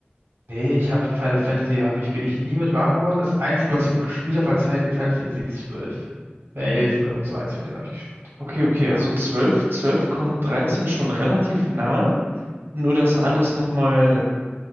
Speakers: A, on the right; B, on the right.
A: Nee, ich habe Final Fantasy, hab ich, bin ich nie mit warm geworden. Das einzige,
B: Hm.
A: was ich glaub, gespielt habe, war Zeit Final Fantasy zwölf, Ja, 11 oder irgend so eins von denen habe ich gespielt.
B: Okay, okay, also 12, 12 kommt 13 schon relativ nahe, nur dass alles nochmal,